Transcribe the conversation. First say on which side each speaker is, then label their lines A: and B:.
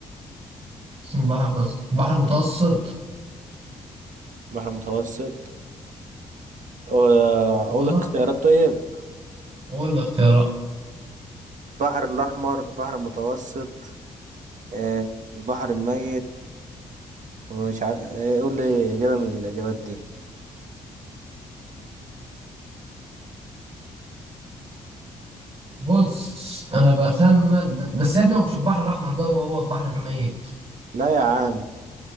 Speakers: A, on the right; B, on the right.
A: اسم البحر البحر المتوسط
B: بحر متوسط آه، أقول
A: وأنا
B: لك اختيارات طيب
A: قول الاختيارات
B: البحر الأحمر البحر المتوسط آه، البحر الميت مش عارف إيه، قول لي إجابة من الإجابات دي
A: بص انا بخمن بس يا ابني هو مش البحر الاحمر ده هو هو البحر الميت
B: لا يا عم